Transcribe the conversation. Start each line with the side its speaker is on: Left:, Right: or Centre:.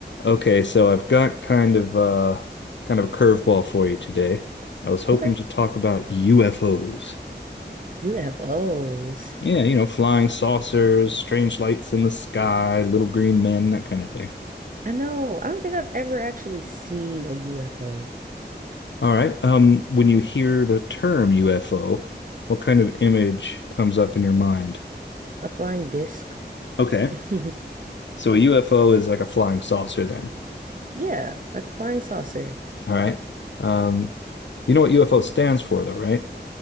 Left: Okay, so I've got kind of uh kind of a curveball for you today. I was hoping
Right: Okay.
Left: to talk about UFOs.
Right: UFOs.
Left: Yeah, you know, flying saucers, strange lights in the sky, little green men, that kind of thing.
Right: I know. I don't think I've ever actually seen a UFO.
Left: All right. Um, when you hear the term UFO, what kind of image comes up in your mind?
Right: A flying disc.
Left: Okay.
Right: <laughs>
Left: So a UFO is like a flying saucer then.
Right: Yeah, like a flying saucer.
Left: All right. Um, you know what UFO stands for though, right?